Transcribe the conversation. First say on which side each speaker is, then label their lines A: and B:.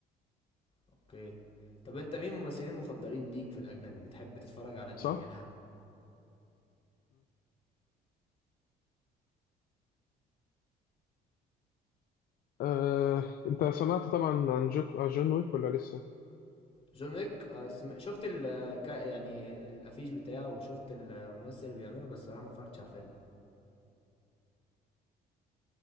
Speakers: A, on the left; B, on the left.
A: اوكي طب انت مين الممثلين المفضلين ليك في الاجنبي بتحب تتفرج على مين
B: صح؟
A: يعني ها
B: آه، انت سمعت طبعا عن جو... عن جون ويك ولا لسه؟
A: جون ويك آه، سم... شفت ال آه، كا- يعني الافيش بتاعه وشفت الممثل اللي بيعمله بس صراحه ما اتفرجتش على الفيلم